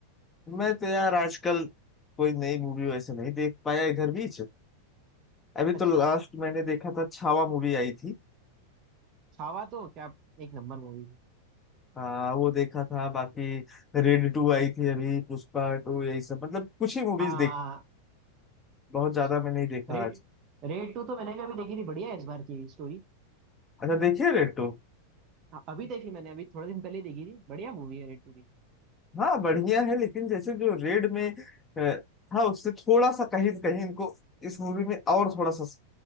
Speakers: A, on the left; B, on the right.
A: मैं तो यार आजकल कोई नई मूवी वैसे नहीं देख पाया इधर भी अभी
B: अच्छा
A: तो लास्ट मैंने देखा था छावा मूवी आई थी
B: छावा तो क्या एक नंबर मूवी थी
A: आ, वो देखा था बाकी रेड टू आई थी अभी पुष्पा टू यही सब मतलब कुछ ही मूवीज
B: हाँ
A: देख बहुत
B: अच्छा
A: ज्यादा मैं नहीं देखा
B: रेड
A: आज
B: रेड टू तो मैंने भी अभी देखी थी बढ़िया है इस बार की भी स्टोरी
A: अच्छा देखिए रेड टू
B: हाँ, अभी देखी मैंने अभी थोड़े दिन पहले ही देखी थी बढ़िया मूवी है रेड टू भी
A: हाँ बढ़िया है लेकिन जैसे जो रेड में अ, था उससे थोड़ा सा कहीं कहीं इनको इस मूवी में और थोड़ा सा